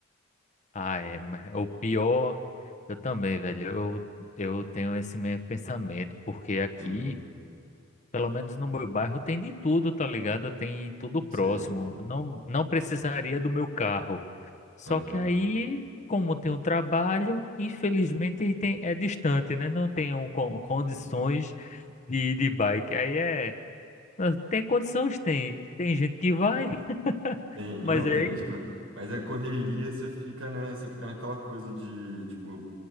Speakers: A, on the left; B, on the right.
A: Ah, é. mas O pior, eu também, velho. Eu, eu tenho esse mesmo pensamento, porque aqui.
B: Uhum.
A: Pelo menos no meu bairro tem de tudo, tá ligado? Tem tudo próximo.
B: Sei.
A: Não, não precisaria do meu carro. Só
B: Aham.
A: que aí, como tem um trabalho, infelizmente tem, é distante, né? Não tenho con- condições
B: Sim.
A: de ir de bike. Aí é. ah, Tem condições, tem. Tem gente que vai, <laughs>
B: Tem,
A: mas
B: não,
A: aí.
B: tem gente que. Mas a correria, você fica, né? Você fica naquela coisa de, tipo,